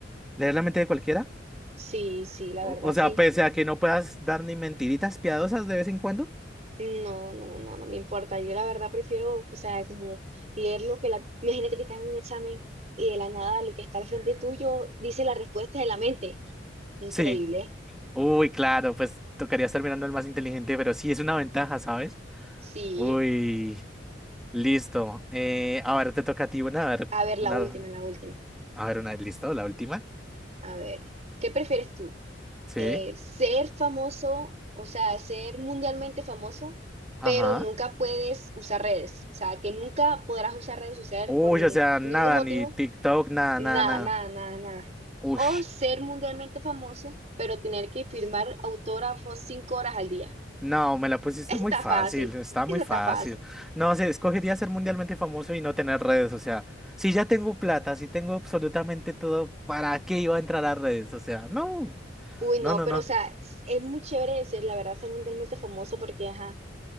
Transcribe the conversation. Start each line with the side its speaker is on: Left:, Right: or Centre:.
Centre: ¿Leer la mente de cualquiera?
Right: Sí, sí, la
Centre: O,
Right: verdad
Centre: o
Right: sí.
Centre: sea, pese a que no puedas dar ni mentiritas piadosas de vez en cuando.
Right: No, no, no, no me importa. Yo la verdad prefiero, o sea, como leer lo que la... Imagínate que estás en un examen y de la nada lo que está al frente tuyo dice la respuesta de la mente. Increíble.
Centre: Sí. Uy, claro, pues tocaría estar mirando al más inteligente, pero sí es una ventaja, ¿sabes?
Right: Sí.
Centre: Uy, listo. Eh, a ver, te toca a ti una, a ver,
Right: A ver, la
Centre: una,
Right: última, la última.
Centre: a ver, una, listo, la última.
Right: A ver, ¿qué prefieres tú?
Centre: Sí.
Right: Eh, ser famoso, o sea, ser mundialmente famoso,
Centre: Ajá.
Right: pero nunca puedes usar redes. O sea, que nunca podrás usar redes sociales
Centre: Uy,
Right: por nin-
Centre: o sea, nada,
Right: ningún motivo
Centre: ni TikTok, nada,
Right: Nada,
Centre: nada, nada.
Right: nada, nada, nada.
Centre: Uy.
Right: O ser mundialmente famoso, pero tener que firmar autógrafos cinco horas al día.
Centre: No, me la pusiste
Right: Esa
Centre: muy
Right: está
Centre: fácil,
Right: fácil,
Centre: está
Right: esa
Centre: muy fácil.
Right: está fácil.
Centre: No sé, escogería ser mundialmente famoso y no tener redes, o sea, si ya tengo plata, si tengo absolutamente todo, ¿para qué iba a entrar a redes? O sea, no,
Right: Uy, no,
Centre: no, no,
Right: pero
Centre: no.
Right: o sea, es muy chévere de ser, la verdad, ser mundialmente famoso porque, ajá,